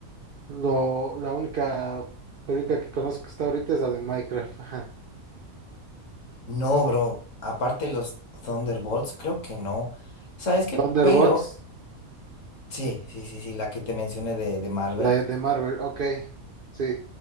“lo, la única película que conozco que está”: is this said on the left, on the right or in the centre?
Right